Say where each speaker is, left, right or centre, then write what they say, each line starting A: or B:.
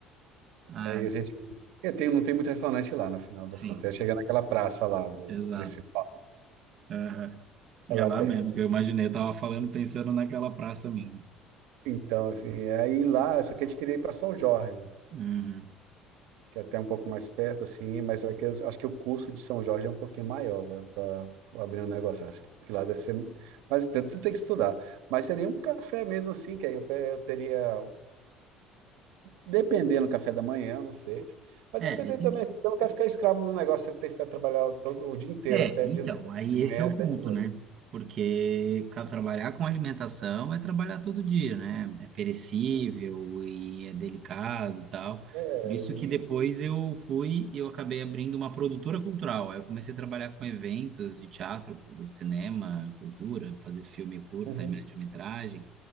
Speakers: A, on the right; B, on the right.
A: Ah,
B: Aí a gente. é, tem, não tem muito restaurante lá, no final das
A: sim,
B: contas. É chegar naquela praça lá do
A: exato.
B: principal,
A: Aham.
B: é
A: É
B: lá
A: lá
B: perto.
A: mesmo, que eu imaginei, eu tava falando pensando naquela praça mesmo.
B: Então, enfim, aí lá, só que a gente queria ir para São Jorge,
A: Uhum.
B: que é até um pouco mais perto, assim, mas é que eu acho que o custo de São Jorge é um pouquinho maior para abrir um negócio. Acho que lá deve ser. Mas tem- tudo tem que estudar. Mas seria um café mesmo assim, que aí eu, pe- eu teria. Dependendo do café da manhã, não sei. Mas
A: É,
B: dependendo
A: e tem
B: também, assim, eu não quero ficar escravo do negócio, eu tenho que ficar trabalhando todo o dia inteiro,
A: É,
B: até
A: então,
B: de noite,
A: aí
B: de manhã
A: esse é o
B: até
A: ponto,
B: de noite.
A: né? Porque ca- trabalhar com alimentação é trabalhar todo dia, né? É perecível e é delicado e tal.
B: É,
A: Por isso
B: e...
A: que depois eu fui, eu acabei abrindo uma produtora cultural. Aí eu comecei a trabalhar com eventos de teatro, com cinema, cultura, fazer filme curta
B: Uhum.
A: e média-metragem.